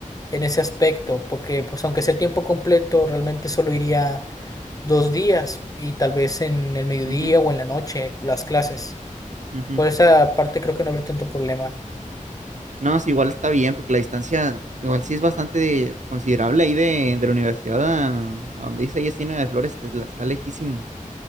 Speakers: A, on the left; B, on the right.
A: en ese aspecto, porque pues aunque sea tiempo completo, realmente solo iría dos días y tal vez en el mediodía
B: Ujú,
A: o en la noche las clases.
B: ujú.
A: Por esa parte creo que no habría tanto problema.
B: No, sí, igual está bien, porque la distancia, igual sí es bastante de- considerable ahí de, de la universidad a, a donde dice ahí Encina de Flores, está, está lejísimos.